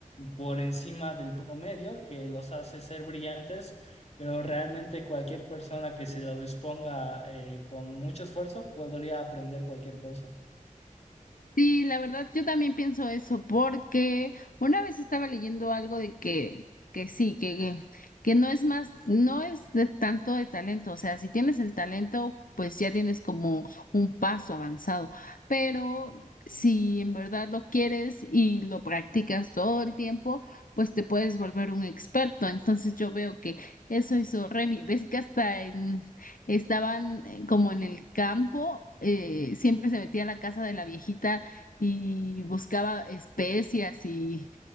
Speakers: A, on the left; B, on the left.
A: por encima del promedio, que los hace ser brillantes, pero realmente cualquier persona que se lo disponga eh, con mucho esfuerzo podría aprender cualquier cosa.
B: Sí, la verdad, yo también pienso eso, porque una vez estaba leyendo algo de que, que sí, que, que, que no es más, no es de tanto de talento, o sea, si tienes el talento, pues ya tienes como un paso avanzado, pero si en verdad lo quieres y lo practicas todo el tiempo, pues te puedes volver un experto. Entonces yo veo que eso hizo Remy, ves que hasta en estaban eh, como en el campo, eh, siempre se metía a la casa de la viejita y buscaba especias y,